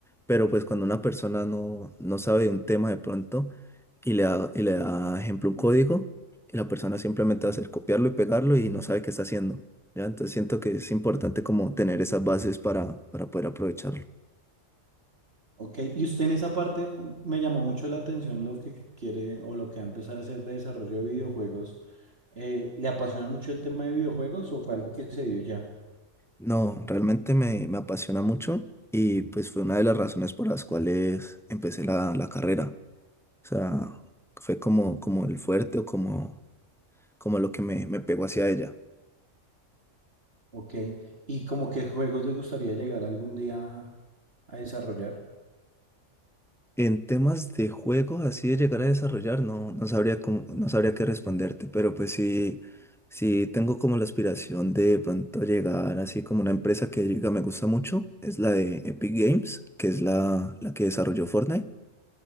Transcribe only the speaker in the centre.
Pero pues cuando una persona no, no sabe de un tema de pronto y le da, y le da ejemplo un código, y la persona simplemente va a hacer copiarlo y pegarlo y no sabe qué está haciendo. ¿Ya? Entonces siento que es importante como tener esas bases para, para poder aprovecharlo.
No, realmente me, me apasiona mucho y pues fue una de las razones por las cuales empecé la, la carrera. O sea, fue como, como el fuerte o como, como lo que me, me pegó hacia ella.
En temas de juegos, así de llegar a desarrollar, no, no sabría cómo- no sabría qué responderte, pero pues sí, sí tengo como la aspiración de pronto llegar así como una empresa que diga me gusta mucho, es la de Epic Games, que es la, la que desarrolló Fortnite.